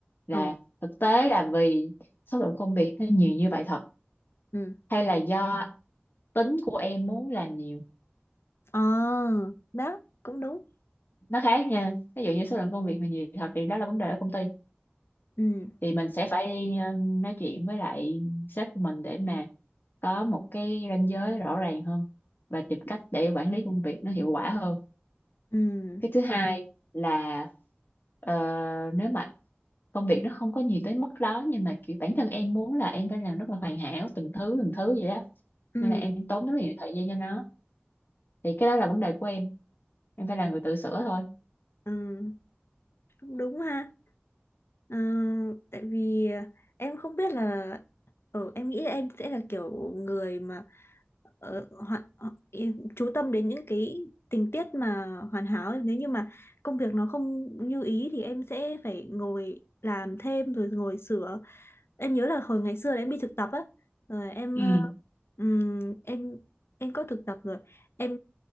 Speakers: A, on the left (about 60°); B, on the left (about 80°).
A: là
B: ờ
A: thực tế là vì số lượng công việc nó nhiều như vậy thật
B: ừ
A: hay là do tính của em muốn làm nhiều
B: ờ đó cũng đúng
A: nó khác nha ví dụ như số lượng công việc mà nhiều thật thì đó là vấn đề ở công ty
B: ừ
A: thì mình sẽ phải đi ờ, nói chuyện với lại sếp của mình để mà có một cái ranh giới rõ ràng hơn và tìm cách để quản lý công việc nó hiệu quả hơn
B: ừ
A: cái thứ hai là ờ, nếu mà công việc nó không có nhiều tới mức đó nhưng mà kiểu bản thân em muốn là em phải làm rất là hoàn hảo từng thứ từng thứ vậy đó
B: ừ
A: nên là em tốn rất là nhiều thời gian cho nó thì cái đó là vấn đề của em em phải là người tự sửa thôi
B: ừ cũng đúng ha Ờ, tại vì ờ, em không biết là ở em nghĩ là em sẽ là kiểu người mà ờ, hoàn ờ, em chú tâm đến những cái tình tiết mà hoàn hảo ấy. Nếu như mà công việc nó không như ý thì em sẽ phải ngồi làm thêm rồi ngồi sửa em nhớ là hồi ngày xưa là em đi thực tập á rồi em
A: ừ
B: ờ, ừm, em em có thực tập rồi em